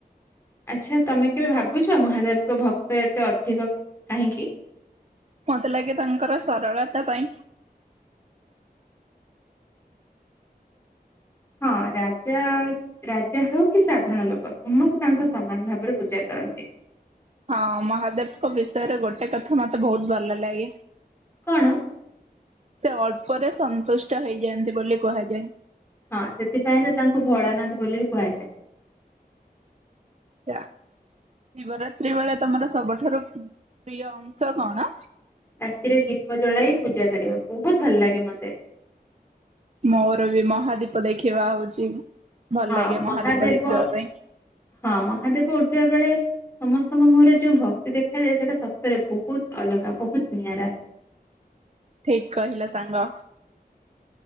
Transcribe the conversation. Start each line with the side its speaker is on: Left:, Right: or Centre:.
Left: ଆଚ୍ଛା ତମେ କେବେ ଭାବୁଛ ମହାଦେବଙ୍କ ଭକ୍ତ ଏତେ ଅଧିକ କାହିଁକି?
Right: ମତେ ଲାଗେ ତାଙ୍କର ସରଳତା ପାଇଁ।
Left: ହଁ ରାଜା ରାଜା ହଉ କି ସାଧାରଣ ଲୋକ ସମସ୍ତେ ତାଙ୍କ ସମାନ ଭାବରେ ପୂଜା କରନ୍ତି।
Right: ହଁ ମହାଦେବଙ୍କ ବିଷୟରେ ଗୋଟେ କଥା ମତେ ବହୁତ ଭଲ ଲାଗେ।
Left: କଣ?
Right: ସେ ଅଳ୍ପରେ ସନ୍ତୁଷ୍ଟ ହେଇଯାଆନ୍ତି ବୋଲି କୁହାଯାଏ।
Left: ହଁ ସେଥିପାଇଁ ତ ତାଙ୍କୁ ଭୋଳାନାଥ ବୋଲି ବି କୁହାଯାଏ।
Right: ଆ ଶିବରାତ୍ରି ବେଳେ ତମର ସବୁଠାରୁ ପ୍ରିୟ ଅଂଶ କଣ?
Left: ରାତିରେ ଦୀପ ଜଳାଇ ପୂଜା କରିବ ବହୁତ ଭଲ ଲାଗେ ମତେ।
Right: ମୋର ବି ମହାଦୀପ ଦେଖିବା ହଉଛି ଭଲ
Left: ହଁ
Right: ଲାଗେ
Left: ମହାଦେବ
Right: ମହାଦୀପ ଦେଖିବା ପାଇଁ।
Left: ହଁ ମହାଦେବ ଉଠିବା ବେଳେ ସମସ୍ତଙ୍କ ମୁହଁରେ ଯୋଉ ଭକ୍ତି ଦେଖାଯାଏ ସେଇଟା ସତରେ ବହୁତ ଅଲଗା ବହୁତ ନିଆରା।
Right: ଠିକ୍ କହିଲ ସାଙ୍ଗ।